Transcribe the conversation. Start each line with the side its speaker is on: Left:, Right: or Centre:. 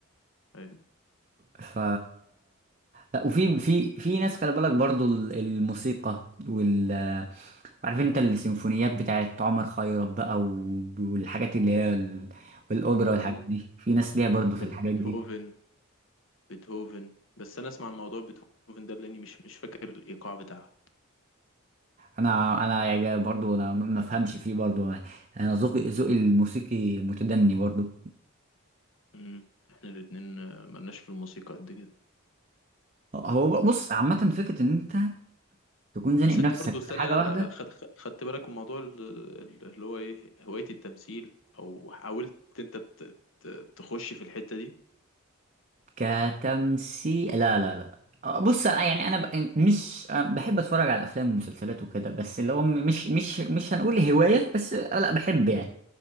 Left: ايوه
Right: ف ف- لا وفي في في ناس خلي بالك برضو ال- الموسيقى وال عارف انت السيمفونيات بتاعت عمر خيرت بقى و- والحاجات اللي هي ال- والاوبرا والحاجات
Left: اه
Right: دي في ناس
Left: مم.
Right: ليها برضو
Left: وبيت-
Right: في الحاجات
Left: بيتهوفن
Right: دي
Left: بيتهوفن بس انا اسمع عن موضوع بيتهوفن ده لاني مش مش فاكر الايقاع بتاعها
Right: انا انا يعني برضو انا ما افهمش فيه برضو انا ذوقي ذوقي الموسيقي متدني برضو
Left: مم. احنا الاتنين آه، ملناش في الموسيقى قد كده
Right: هو بص عامه فكره ان انت تكون زانق
Left: بس
Right: نفسك
Left: انت برضو استنى
Right: في حاجه
Left: لا
Right: واحده
Left: لا لا خد خدت بالك من موضوع ال- ال- اللي هو ايه هواية التمثيل او حاولت انت ت- ت- تخش في الحتة دي
Right: كتمثيل لا لا لا بص أنا يعني انا ب... مش بحب اتفرج على افلام ومسلسلات وكده بس اللي هو مش مش مش هنقول هوايه بس لا بحب يعني